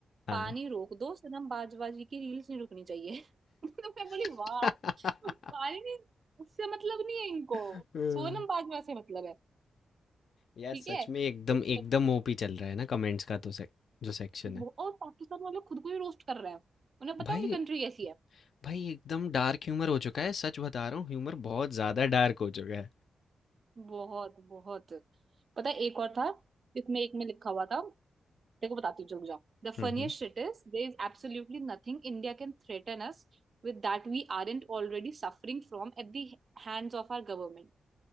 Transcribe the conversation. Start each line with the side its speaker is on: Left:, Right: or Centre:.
Left: हाँ।
Right: पानी रोक दो सनम बाजवाजी की रील्स नहीं रुकनी चाहिए <laughs> तो मैं बोली
Left: <laughs>
Right: वाह पानी नहीं उससे मतलब नहीं है इनको
Left: हुँ।
Right: सोनम बाजवा से मतलब है
Left: यार
Right: ठीक
Left: सच
Right: है एक
Left: में एकदम एकदम
Right: बंदा
Left: ओपी चल रहा है ना कमेंट्स का तो सेक जो सेक्शन है।
Right: वो- और पाकिस्तान वाले खुद को ही रोस्ट कर रहे हैं उन्हें पता
Left: भाई
Right: है उनकी कंट्री कैसी है
Left: भाई एकदम डार्क ह्यूमर हो चुका है, सच बता रहा हूँ ह्यूमर बहुत ज़्यादा डार्क हो चुका है।
Right: बहुत बहुत पता है एक और था इसमें एक में लिखा हुआ था देखो बताती हूँ रुक जाओ The
Left: हुँ,
Right: funniest
Left: हुँ।
Right: shit is there is absolutely nothing India can threaten us with that we aren't already suffering from at the hands of our government